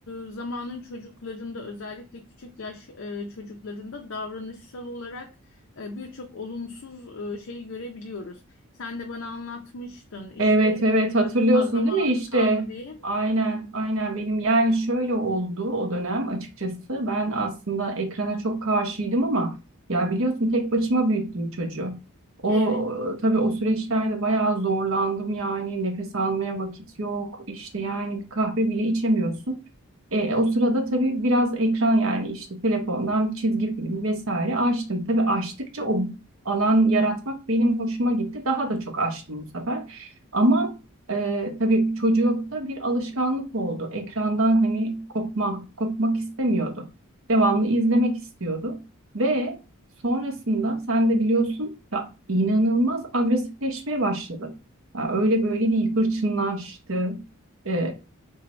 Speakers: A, on the left; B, on the right.
A: e, zamanın çocuklarında özellikle küçük yaş e, çocuklarında davranışsal olarak e, birçok olumsuz e, şeyi görebiliyoruz. Sen de bana anlatmıştın işte
B: Evet,
A: e,
B: evet. Hatırlıyorsun
A: çok fazla maruz
B: değil mi işte?
A: kaldı diye.
B: Aynen, aynen. Benim yani şöyle oldu o dönem açıkçası. Ben aslında ekrana çok karşıydım ama ya biliyorsun tek başıma büyüttüm çocuğu. O
A: Evet.
B: tabii o süreçlerde bayağı zorlandım yani nefes almaya vakit yok işte yani bir kahve bile içemiyorsun. E, o sırada tabii biraz ekran yani işte telefondan çizgi film vesaire açtım. Tabii açtıkça o alan yaratmak benim hoşuma gitti. Daha da çok açtım bu sefer. Ama e, tabii çocukta bir alışkanlık oldu. Ekrandan hani kopma, kopmak istemiyordu. Devamlı izlemek istiyordu. Ve sonrasında sen de biliyorsun ya inanılmaz agresifleşmeye başladı. Ya öyle böyle değil, hırçınlaştı. E,